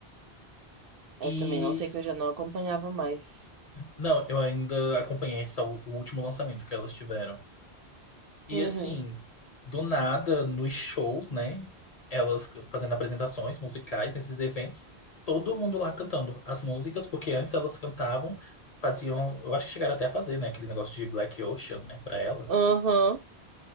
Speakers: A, on the right; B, on the left.
A: Eu
B: E
A: também não sei que eu já não acompanhava mais.
B: não, eu ainda acompanhei essa, o último lançamento que elas tiveram. E
A: Uhum,
B: assim, do nada, nos shows, né? Elas fazendo apresentações musicais nesses eventos, todo mundo lá cantando as músicas, porque antes elas cantavam, faziam, eu acho que chegaram até a fazer, né, aquele negócio de Black Ocean, né, para elas.
A: uhum,